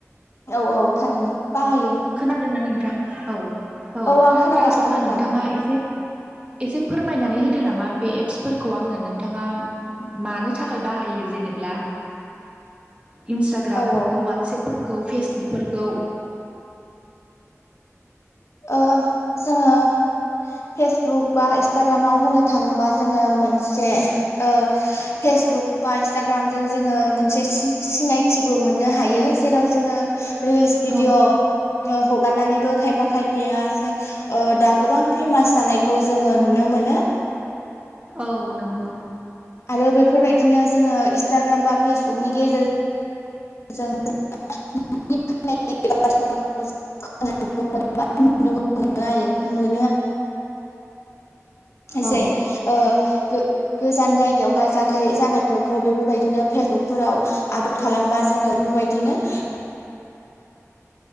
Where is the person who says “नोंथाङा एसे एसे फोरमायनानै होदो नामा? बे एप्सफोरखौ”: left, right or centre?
Right